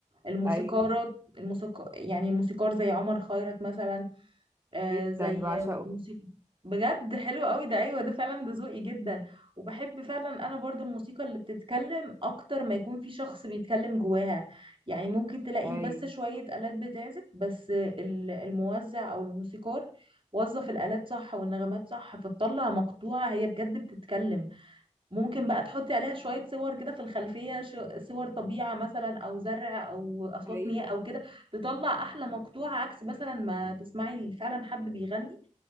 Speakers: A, on the right; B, on the right.
A: الموسيقارات
B: ايوه
A: الموسيقى يعني موسيقار زي عمر خيرت مثلا آه
B: جدا
A: زي
B: بعشقه
A: الموسيقى بجد حلو قوي ده ايوه ده فعلا ده ذوقي جدا وبحب فعلا انا برضو الموسيقى اللي بتتكلم اكتر ما يكون في شخص بيتكلم جواها يعني ممكن تلاقي
B: ايوه
A: بس شوية آلات بتعزف بس ال- الموزع او الموسيقار وظف الآلات صح والنغمات صح فتطلع مقطوعة هي بجد بتتكلم ممكن بقى تحطي عليها شوية صور كده في الخلفية شو- صور طبيعة مثلا أو زرع أو أصوات
B: ايوه
A: مياه أو كده تطلع أحلى مقطوعة عكس مثلا ما تسمعي فعلا حد بيغني